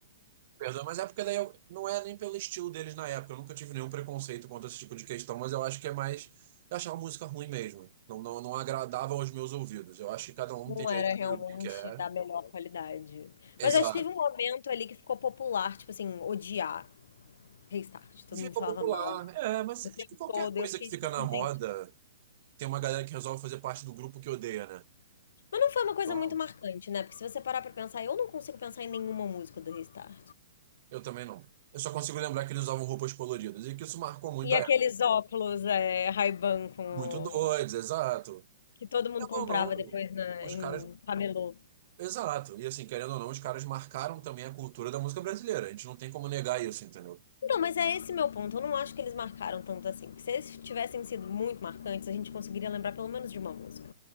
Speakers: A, on the right; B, on the left.
A: Perdão, mas é porque daí eu, não é nem pelo estilo deles na época. Eu nunca tive nenhum preconceito contra esse tipo de questão, mas eu acho que é mais. Eu achava a música ruim mesmo. Não, não, não agradava aos meus ouvidos. Eu acho que cada um
B: Não
A: tem direito
B: era realmente
A: de ouvir o que quer.
B: da melhor qualidade.
A: Exato.
B: Mas acho que teve um momento ali que ficou popular, tipo assim, odiar Restart. Todo
A: Fica
B: mundo falava
A: popular.
B: mal
A: É, mas
B: o
A: acho
B: tempo
A: que qualquer
B: todo.
A: coisa
B: Eu fiquei
A: que fica
B: tipo assim,
A: na moda,
B: gente.
A: tem uma galera que resolve fazer parte do grupo que odeia, né?
B: Mas não foi uma coisa
A: Então,
B: muito marcante, né? Porque se você parar pra pensar, eu não consigo pensar em nenhuma música do Restart.
A: eu também não. Eu só consigo lembrar que eles usavam roupas coloridas e que isso marcou muito
B: E
A: a
B: aqueles
A: época.
B: óculos, é, Ray-Ban com.
A: Muito doidos, exato.
B: Que todo mundo
A: Querendo
B: comprava
A: ou não,
B: depois na,
A: os
B: em
A: caras.
B: camelô.
A: Exato. E assim, querendo ou não, os caras marcaram também a cultura da música brasileira. A gente não tem como negar isso, entendeu?
B: Não, mas é esse meu ponto. Eu não acho que eles marcaram tanto assim. Porque se eles tivessem sido muito marcantes, a gente conseguiria lembrar pelo menos de uma música.